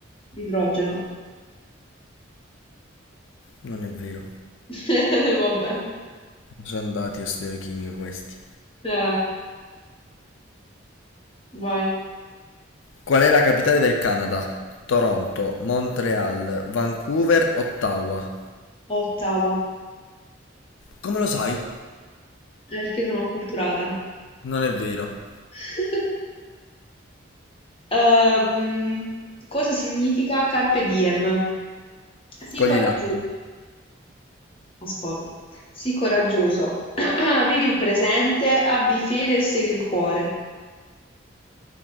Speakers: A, on the left (about 25°); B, on the left (about 70°).
A: Idrogeno.
B: Non è vero.
A: <laughs> Vabbè.
B: Sono andati a studiare chimica questi.
A: Eh, vai.
B: Qual è la capitale del Canada? Toronto, Montreal, Vancouver, Ottawa.
A: Ottawa.
B: Come lo sai?
A: Eh, Perché sono acculturata.
B: Non è vero.
A: <laughs> Ehm, cosa significa carpe diem? Sii
B: Cogli
A: coraggioso,
B: l'attimo.
A: ascolta, sii coraggioso, <clears throat> vivi il presente, abbi fede e segui il cuore.